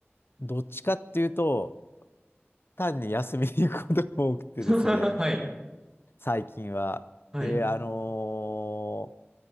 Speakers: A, on the left; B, on the right.
A: どっちかっていうと、単に休みに行くことが多くてですね、
B: <laughs> はい。
A: 最近は。
B: はい。
A: で、あのー